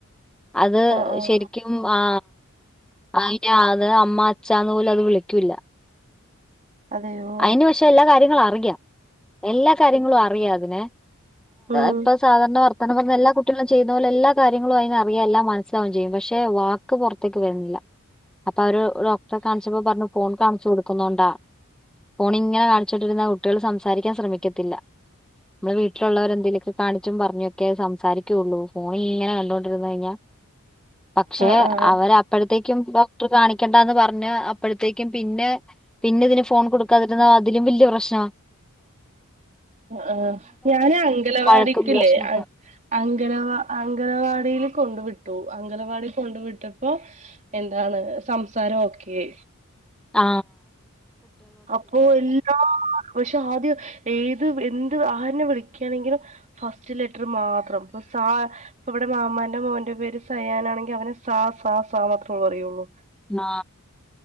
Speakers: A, in the centre; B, on the right.
A: അത്
B: ആഹ് ആഹ്
A: ശരിക്കും ആ അ അത് അമ്മ അച്ഛാന്ന് പോലും അത് വിളിക്കൂല്ല
B: അതെയോ
A: അതിന് പശെ എല്ലാ കാര്യങ്ങളും അറിയാം എല്ലാ കാര്യങ്ങളും അറിയാം അതിനെ
B: ഉം
A: ഇപ്പ സാധാരണ വർത്തനംഞ്ഞ എല്ലാ കുട്ടികളും ചെയുന്ന പോലെ എല്ലാ കാര്യങ്ങളും അതിന അറിയാം എല്ലാം മനസ്സിലാവുക ചെയ്യും പക്ഷെ പക്ഷെ വാക്ക് പുറത്തേക്ക് വരുന്നില്ല അപ്പൊ അവര് ഡോക്ടറെ കാണിച്ചപ്പോ പറഞ്ഞു ഫോൺ കാണിച്ചു കൊടുക്കുന്നുണ്ടാ ഫോൺ ഇങ്ങനെ കാണിച്ച ച്ചട്ടിരുന്ന കുട്ടികള് സംസാരിക്കാൻ ശ്രമിക്കത്തില്ല നമ്മെ വീട്ടിലുള്ളവരെ എന്തെങ്കലുമൊക്കെ കാണിച്ചും പറഞ്ഞൊക്കെ സംസാരിക്കുള്ളൂ ഫോണ ഇങ്ങനെ കണ്ടോണ്ടിരന്ന് കഴിഞ്ഞാൽ പക്ഷെ
B: ആഹ് ആഹ്
A: അവർ അപ്പോഴത്തേക്കും കാണിക്കണ്ടന്ന് പറഞ്ഞ് അപ്പോഴത്തേക്കും പിന്നെ പിന്നെ ഇതിന് ഫോൺ കൊടുക്കാതിരുന്ന അതിലും വല്യ പ്രശ്ന
B: ആ ഞാന അംഗലവാടിക്കല്ലേ
A: വഴക്കും പ്രശ്നൊക്കെ
B: അങ്കവാ അംഗണവാടിൽ കൊണ്ട വിട്ടു അംഗലവാടി കൊണ്ട വിട്ടപ്പോ എന്താണ് സംസാരം ഒക്കെയ
A: ആ
B: അപ്പോ എല്ലാ പക്ഷെ ആദ്യം ഏത് എന്ത് ആ വിളിയ്ക്കണെങ്കിലും ഫസ്റ്റ് ലെറ്റർ മാത്രം ഇപ്പോ ഇവിടെ മാമൻ്റെ മോൻ്റെ പേര് സ തയ്യാനാണെങ്കിൽ അവനെ സാ സ സാ മാത്രേള്ള അറിയുള്ളൂ
A: ആ